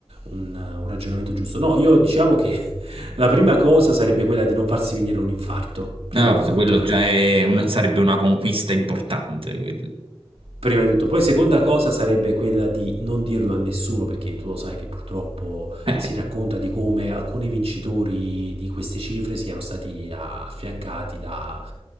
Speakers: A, on the right (about 80°); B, on the right (about 65°).
A: un- un ragionamento giusto. No, io diciamo che <laughs> la prima cosa sarebbe quella di non farsi venire un infarto, prima
B: Ah,
A: di
B: vabbè,
A: tutto.
B: quello già è un- sarebbe una conquista importante, quello.
A: Prima di tutto, poi seconda cosa sarebbe quella di non dirlo a nessuno, perché tu lo sai che purtroppo
B: <laughs>
A: si racconta di come alcuni vincitori di queste cifre siano stati affiancati da